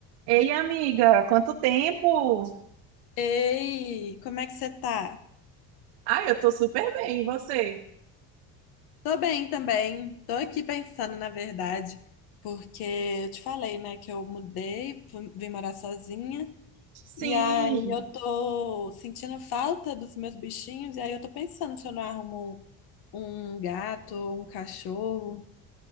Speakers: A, on the right; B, on the left.
A: Ei, amiga, quanto tempo?
B: Ei, como é que você tá?
A: Ah, eu tô super bem, e você?
B: Tô bem também. Tô aqui pensando, na verdade, porque eu te falei, né, que eu mudei, fu- vim morar sozinha,
A: Sim.
B: e aí eu tô sentindo falta dos meus bichinhos, e aí eu tô pensando se eu não arrumo um gato, um cachorro.